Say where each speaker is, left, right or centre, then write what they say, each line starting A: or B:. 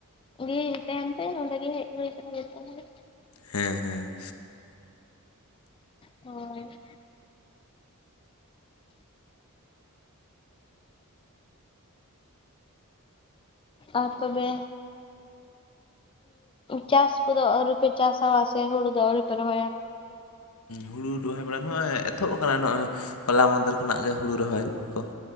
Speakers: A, on the left; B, on the left.
A: <unintelligible> ᱛᱟᱦᱮᱱ ᱛᱮ ᱱᱚᱰᱮ ᱜᱮ ᱦᱮᱡ ᱦᱩᱭ ᱠᱟᱱᱟ ᱡᱷᱚᱛᱚ ᱦᱚᱲ᱾ ᱾
B: ᱦᱮᱸ ᱦᱮᱸ᱾
A: ᱦᱳᱭ <inaudible> ᱟᱨ ᱛᱚᱵᱮᱼᱼ ᱪᱟᱥ ᱠᱚᱫᱚ ᱟᱹᱣᱨᱤ ᱯᱮ ᱪᱟᱥᱟ ᱥᱮ ᱦᱩᱲᱩ ᱫᱚ ᱟᱹᱣᱨᱤ ᱯᱮ ᱨᱚᱦᱚᱭᱟ?
B: ᱦᱩᱲᱩ ᱨᱚᱦᱚᱭ ᱵᱟᱲᱟ ᱦᱚᱸ ᱮᱛᱚᱦᱚᱵ ᱟᱠᱟᱱᱟ ᱱᱚᱜᱼᱚᱭ ᱦᱚᱞᱟ ᱢᱟᱸᱫᱷᱮᱨ ᱠᱷᱚᱱᱟᱜ ᱜᱮ ᱦᱩᱲᱩ ᱨᱚᱦᱚᱭ ᱠᱚ ᱾